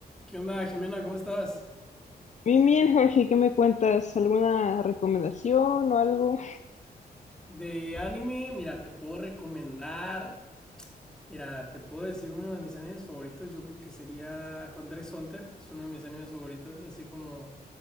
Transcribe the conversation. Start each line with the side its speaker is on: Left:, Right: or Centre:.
Centre: ¿Qué onda, Jimena? ¿Cómo estás?
Left: Bien, bien, Jorge, ¿qué me cuentas? ¿Alguna recomendación o algo?
Centre: De anime, mira, te puedo recomendar. Mira, te puedo decir uno de mis animes favoritos. Yo creo que sería Hunter x Hunter. Es uno de mis animes favoritos. Así como